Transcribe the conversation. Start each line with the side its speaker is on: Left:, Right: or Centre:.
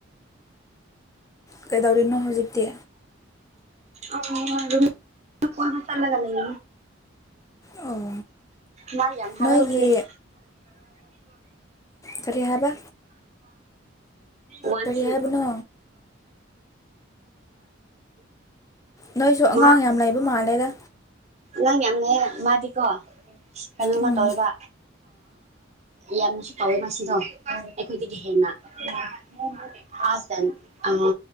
Left: ꯀꯩꯗꯧꯔꯤꯅꯣ ꯍꯧꯖꯤꯛꯇꯤ
Right: ꯑ ꯑꯗꯨ ꯀꯣꯏ ꯃꯁꯥ ꯂꯒ ꯂꯩ
Left: ꯑꯣ
Right: ꯃꯥꯥꯏ ꯌꯥ ꯍꯂꯣ
Left: ꯅꯣꯏꯒꯤ
Right: ꯍꯧꯈꯔꯤ
Left: ꯀꯔꯤꯔꯤ ꯍꯥꯏꯕ
Right: ꯋꯥꯟ
Left: ꯀꯔꯤ
Right: ꯊ꯭ꯔꯤ
Left: ꯍꯥꯏꯕꯅꯣ ꯅꯣꯏꯁꯨ ꯑꯉꯥꯡ
Right: ꯃꯥ
Left: ꯌꯥꯝ ꯂꯩꯕ ꯃꯥꯜꯂꯦꯒ
Right: ꯅꯪ ꯌꯥꯝ ꯂꯩ ꯃꯥꯗꯤꯀꯣ ꯀꯩꯅꯣꯃ
Left: ꯎꯝ
Right: ꯇꯧꯋꯦꯕ ꯌꯥꯝꯅꯁꯨ ꯇꯧꯋꯦ ꯃꯥꯁꯤꯗꯣ ꯑꯩꯈꯣꯏꯗꯒꯤ ꯍꯦꯟꯅ ꯆ ꯑ